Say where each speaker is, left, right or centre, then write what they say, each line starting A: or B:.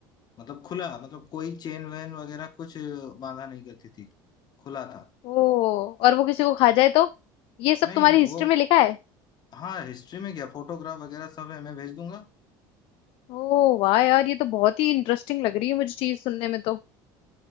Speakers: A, on the left; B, on the left.
A: मतलब खुला मतलब कोई चेन वेन वगैरह कुछ बांधा नहीं करती थी खुला था
B: ओ और वो किसी को खा जाए तो ये सब
A: नहीं
B: तुम्हारी हिस्ट्री
A: वो
B: में लिखा है
A: हाँ हिस्ट्री में क्या फोटोग्राफ वगैरह सब है मैं भेज दूंगा
B: ओ वाह यार ये तो बहुत ही इंटरेस्टिंग लग रही है मुझे चीज सुनने में तो